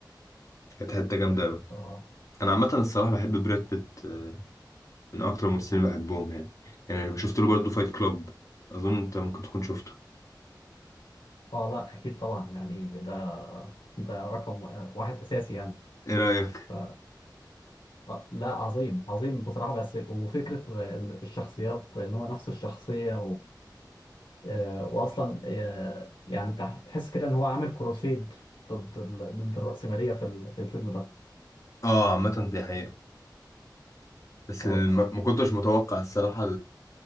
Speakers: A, on the left; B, on the left.
A: كانت حتة جامدة أوي
B: اه
A: أنا عامة الصراحة بحب براد بيت آه، من أكتر الممثلين اللي بحبهم يعني يعني أنا شفت له برضه فايت كلاب أظن أنت ممكن تكون شفته
B: اه لا اكيد طبعا يعني ده ده رقم واحد اساسي يعني
A: إيه رأيك؟
B: ف... آه، لا عظيم عظيم بصراحه بس وفكره الشخصيات ان هو نفس الشخصيه آه، واصلا آه، يعني انت هتحس كده ان هو عامل كروسيد ضد ال... ضد الرأسمالية في ال... في الفيلم ده
A: آه عامة دي حقيقة بس
B: اه
A: الم... ما كنتش متوقع الصراحة